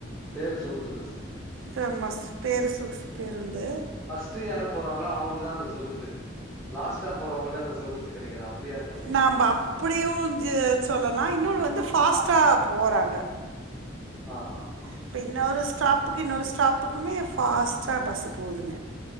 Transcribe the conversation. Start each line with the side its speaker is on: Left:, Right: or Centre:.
Centre: பேரு சொகுசு பஸ்ஸு
Right: பேமஸ் பேரு சொகுசு பேருந்து
Centre: ஃபஸ்ட்டு யாரு போறாங்ளோ அவுங்களுக்கு தா அந்த சொகுசு லாஸ்டா போறவங்களுக்கு அந்த சொகுசு கெடைக்காது அப்டியா இருக்குன்னு நெனைக்கிறே
Right: நம்ப அப்டியு சொல்லலா இன்னொன்னு வந்து ஃபாஸ்ட்டாக போறாங்க
Centre: ஆ ஹா
Right: இப்ப இன்னொரு ஸ்டாப்புக்கு இன்னொரு ஸ்டாப்புக்குமே ஃபாஸ்ட்டா பஸ்ஸூ போதுங்க